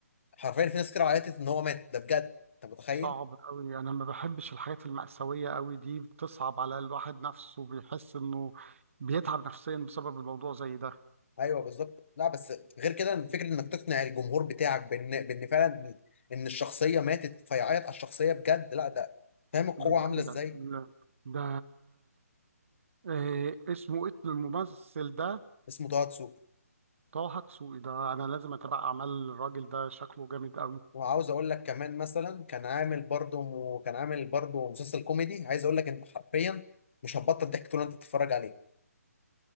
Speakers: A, on the left; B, on the right.
A: حرفيا في ناس كتير عيطت ان هو مات ده بجد انت متخيل
B: صعب قوي انا ما بحبش الحاجات المأساوية قوي دي بتصعب على الواحد نفسه بيحس انه بيتعب نفسيا بسبب الموضوع زي ده
A: ايوه بالظبط لا بس غير كده فكره انك تقنع الجمهور بتاعك بان بان فعلا ان الشخصيه ماتت فيعيط على الشخصيه بجد لا ده فاهم القوه
B: دي
A: عامله
B: جامدة
A: ازاي
B: لا، ده إيه اسمه إيه الممثل ده
A: اسمه تواتسو
B: طه حقسوقي ده انا لازم اتابع اعمال الراجل ده شكله جامد قوي
A: وعاوز اقول لك كمان مثلا كان عامل برضه كان عامل برضه مسلسل كوميدي عايز اقول لك انت حرفيا مش هتبطل ضحك طول ما انت بتتفرج عليه